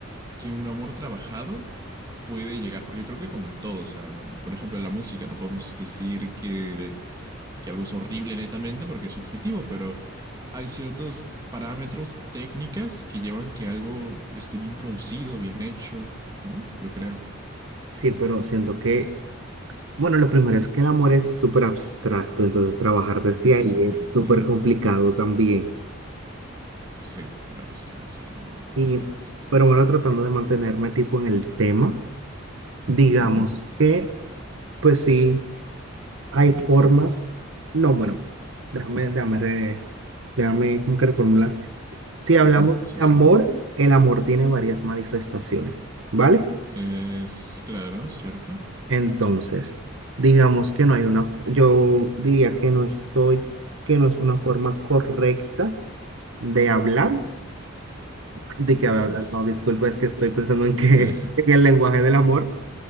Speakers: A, on the right; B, on the right.
A: que un amor trabajado puede llegar, porque creo que como en todo, o sea, por ejemplo, la música, no podemos decir que, que algo es horrible netamente porque es subjetivo, pero hay ciertos parámetros técnicas que llevan que algo esté bien producido, bien hecho, ¿no? Yo creo.
B: sí, pero siento que Bueno, lo primero es que el amor es súper abstracto, entonces trabajar desde
A: Es
B: ahí
A: súper
B: es
A: abstracto.
B: súper complicado también.
A: Sí, lo es, lo es, realmente yo
B: Y,
A: creo que lo es.
B: pero bueno, tratando de mantenerme tipo en el tema, digamos
A: Ujú.
B: que, pues sí, hay formas, no, bueno, déjame, déjame, re- déjame como que reformular. Si hablamos
A: Ajá, sí,
B: de
A: sí.
B: amor, el amor tiene varias manifestaciones, ¿vale?
A: Es claro, ¿cierto?
B: Entonces, digamos que no hay una, yo diría que no estoy, que no es una forma correcta de hablar, de que
A: Ajá.
B: hablar, no, disculpa, es que estoy pensando en que
A: Ya.
B: <laughs> en el lenguaje del amor,